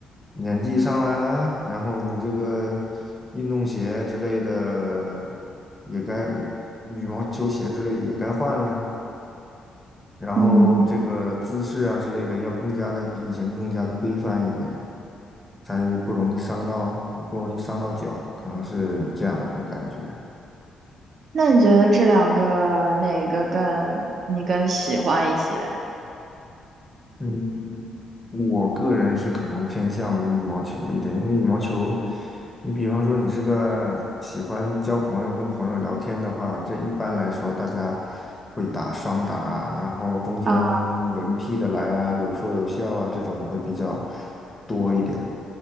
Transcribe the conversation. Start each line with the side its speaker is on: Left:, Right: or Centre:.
Left: 年纪上来了，然后你这个运动鞋之类的也该，羽毛球鞋之类也该换了，然后这个姿势啊之类的要更加的比以前更加的规范一点，
Right: 嗯。
Left: 才不容易伤到，不容易伤到脚，可能是这样子的感觉。
Right: 那你觉得这两个哪个更你更喜欢一些
Left: 嗯，我个人是可能偏向于羽毛球一点，因为羽毛球，你比方说你是个喜欢交朋友、跟朋友聊天的话，这一般来说大家会打双打啊然后中间轮替的来啊，
Right: 啊？
Left: 有说有笑啊，这种会比较多一点。